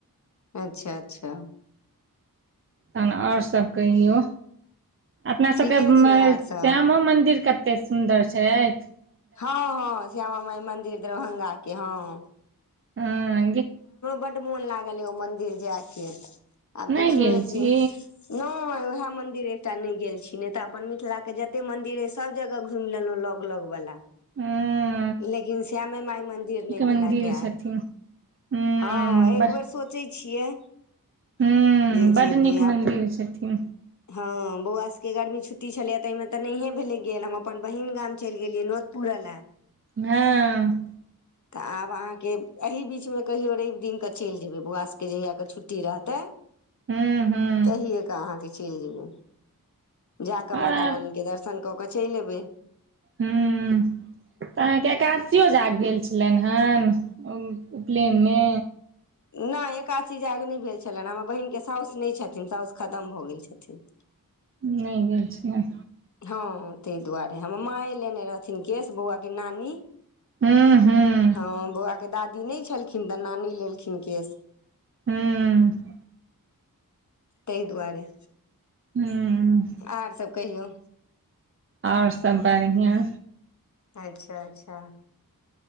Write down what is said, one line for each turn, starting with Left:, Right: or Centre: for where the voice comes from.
Left: अच्छा अच्छा
Right: तहन आओर सब कहियौ अपना सबके
Left: ठीके छै आर
Right: श्यामो
Left: सब
Right: मन्दिर कऽ ते सुन्दर छैथ
Left: हँ हँ श्यामा माई मंदिर दरभंगा केँ हूँ
Right: हँ
Left: बड्ड मोन लागल यऽ ओ मंन्दिर जाय केँ आब
Right: नहि
Left: देखियौ
Right: गेल
Left: एक
Right: छी
Left: दिन नय ओहै मंदिर एकटा नय गेल छी नय तऽ अपन मिथिला केँ जते मंन्दिर अइ सभ जगह घूम लेलहुँ लग लग वाला
Right: हुँ
Left: लेकिन श्यामे माइ मन्दिर नय भेला
Right: मन्दिर
Left: गैल
Right: छथिन हूँ
Left: हँ एकबेर सोचै छियै
Right: हुँ
Left: जे
Right: बड्ड
Left: जेबै
Right: नीक
Left: आब
Right: मन्दिर छथिन
Left: हँ बौआ सभ केँ गर्मी छुट्टी छलैय तऽ एहिमे तऽ नहिये भेले गेल हम अपन बहिन गाम चैल गेलियै नोत पुरै लऽ
Right: हँ
Left: तऽ आब अहाँ केँ एही बीच मे कहियो रवि दिन कऽ चैल जेबै बौआ सबके जहिया केँ छुट्टी रहते <inaudible>
Right: हूँ हूँ
Left: तहिए कऽ अहाँके चलि जेबै जाकऽ
Right: आओर
Left: माता रानीके दर्शन कऽ कऽ चलि एबै
Right: हूँ तऽ अहाँके एकादशियो जाग भेल छ लनि हन उपलैयनमे
Left: नय एकासी जाग नै भेल छलैन हमर बहिनके साउस नै छथिन साउस खतम भऽ गेल छथिन
Right: नै गेल छियै
Left: हँ हँ ताहि दुआरे हमर माए लेने रहथिन केश बौआके नानी
Right: हूँ हूँ
Left: हँ बौआके दादी नै छलखिन तऽ नानी लेलखिन केश
Right: हूँ
Left: ताहि दुआरे
Right: हँ
Left: आर सब कहियौ
Right: आओर सब बढ़िआँ
Left: अच्छा अच्छा